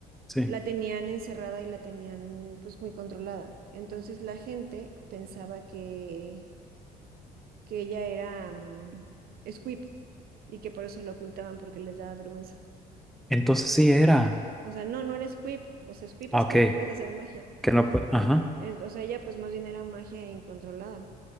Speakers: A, in the centre; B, on the right.
A: Sí.
B: la tenían encerrada y la tenían pues muy controlada. Entonces la gente pensaba que, que ella era mm, Squib y que por eso la ocultaban porque les daba vergüenza.
A: Entonces sí era.
B: O sea, no, no era Squib. O sea, Squib
A: Ah,
B: es
A: ok.
B: que no puedes hacer magia.
A: Que no, pu- ajá.
B: Es- o sea, ella pues más bien era magia incontrolada.